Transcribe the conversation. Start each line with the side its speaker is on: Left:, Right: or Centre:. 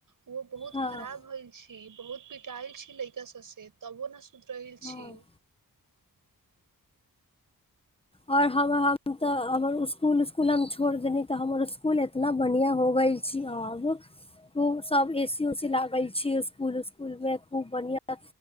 Right: ओ बहुत
Left: हँ
Right: खराब होले छी बहुत पिटायल छी लेड़का सबसे तबो न सुधरेलेरहल
Left: हँ
Right: छी
Left: आओर हम हम तऽ हमर स्कूल स्कूल छोड़ि देने इकुल इतना बढ़िआं हो गई छी अब खू सब ए सी उ सी लागल छी स्कुल स्कुल में खूब बढ़िया